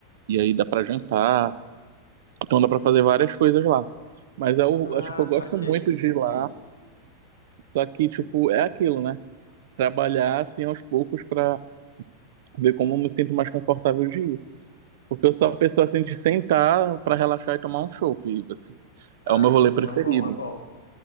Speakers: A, on the right (about 55°); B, on the left (about 75°).
A: e aí dá pra jantar. Então dá pra fazer várias coisas lá. Mas é o,
B: Ah,
A: é, tipo, eu
B: saquei,
A: gosto muito
B: saquei.
A: de ir lá, só que, tipo, é aquilo, né? Trabalhar, assim, aos poucos pra ver como eu me sinto mais confortável de ir. Porque eu sou a pessoa, assim, de sentar pra relaxar e tomar um chopp, e, assim,
B: Ah,
A: é o meu
B: sim,
A: rolê preferido.
B: é um bom, é bom.